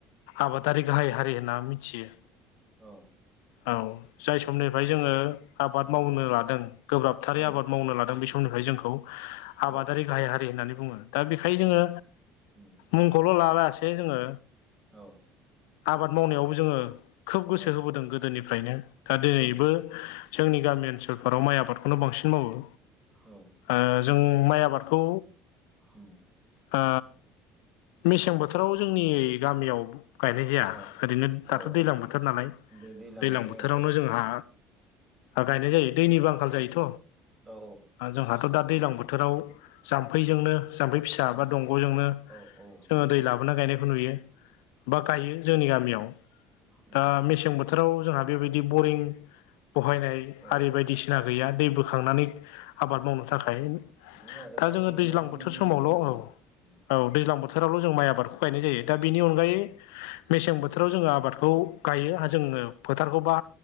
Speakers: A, on the left; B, on the right.
A: आबादारि गाहाय हारि होनना मिथियो।
B: औ
A: औ जाय समनिफ्राय जोङो आबाद
B: उम
A: मावनो लादों गोब्राबथारि
B: उम
A: आबाद मावनो लादों बे समनिफ्राय जोंखौ आबादारि
B: औ
A: गाहाय हारि होननानै बुङो। दा बेखाय जोङो
B: उम उम
A: मुंखौल' लालासे जोङो
B: औ
A: आबाद मावनायावबो जोङो खोब गोसो
B: औ
A: होबोदों गोदोनिफ्रायनो दा
B: उम
A: दिनैबो
B: उम
A: जोंनि गामि ओनसोलफोराव माइ आबादखौनो बांसिन मावो।
B: औ
A: ओ जों माइ आबादखौ
B: होम
A: ओ मेसें बोथोराव जोंनि गामियाव गायनाय जाया
B: औ
A: ओरैनो दाथ'
B: औ औ
A: दैलां बोथ थोर नालाय
B: दै- दैज्लां
A: दैलां
B: नालाय
A: बोथोरावनो
B: औ
A: जोंहा गायनाय जायो। दैनिबो आंखाल जायोथ'
B: औ औ
A: जोंहाथ' दा दैज्लां बोथोराव
B: उम
A: जाम्फैजोंनो जाम्फै फिसा
B: उम
A: बा दंग'जोंनो
B: औ औ
A: जोङो दै लाबोनानै गायनायखौ नुयो। बा
B: औ
A: गायो जोंनि गामियाव
B: उम
A: दा मेसें बोथोराव जोंहा बेबायदि बरिं बहायनाय
B: औ
A: आरि बायदिसि सिना गैया दै बोखांनानै
B: औ
A: आबाद मावनो थाखाय
B: बिदिनो आरो
A: दा
B: गासिबनावबो
A: जोङो दैज्लां बोथोर
B: बिदि
A: समावल'
B: सुबिदा
A: औ-औ
B: गैया उम
A: दैज्लां बोथ बोथोरावल' जों माइ आबादखौ गायनाय जायो दा बिनि अनगायै
B: औ
A: मेसें
B: उम
A: बोथोराव जोङो आबादखौ गायो जोङो
B: औ
A: फोथारखौबा